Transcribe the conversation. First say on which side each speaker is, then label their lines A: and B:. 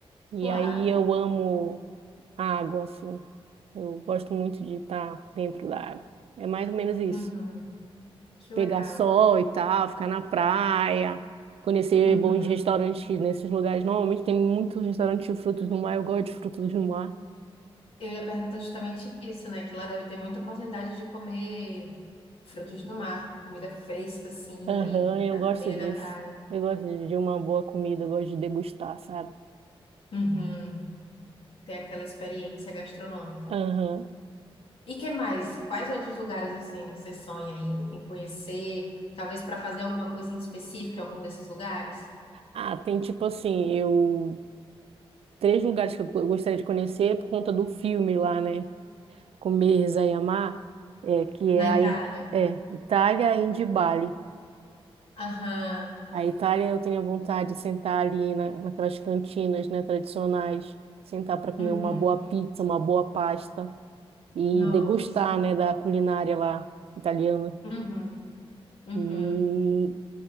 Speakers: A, on the right; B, on the left.
A: E
B: claro.
A: aí eu amo a água, assim. Eu gosto muito de estar dentro da água. É mais ou menos isso.
B: Uhum, que
A: Pegar
B: legal.
A: sol e tal, ficar na praia, conhecer
B: Uhum.
A: bons restaurantes nesses lugares. Normalmente tem muitos restaurantes de frutos do mar. Eu gosto de frutos do mar.
B: Eu ia perguntar justamente isso, né? Que lá deve ter muita oportunidade de comer frutos do mar, comida fresca, assim,
A: Aham,
B: daí na
A: eu gosto
B: beira
A: disso.
B: da praia.
A: Eu gosto de de uma boa comida, eu gosto de degustar, sabe?
B: Uhum. Ter aquela experiência gastronômica.
A: Aham.
B: E que mais? Quais outros lugares, assim, você sonha em, em conhecer? Talvez para fazer alguma coisa em específico em algum desses lugares?
A: Ah, tem tipo assim, eu... Três lugares que eu go- gostaria de conhecer é por conta do filme lá, né? com rezar e amar, é, que é
B: Na
A: a
B: Itália.
A: I- é, Itália, Índia e Bali.
B: Aham.
A: A Itália eu tenho vontade de sentar ali na, naquelas cantinas, né, tradicionais, sentar para comer
B: Uhum.
A: uma boa pizza, uma boa pasta e
B: Nossa.
A: degustar, né, da culinária lá italiana.
B: Uhum. Uhum.
A: E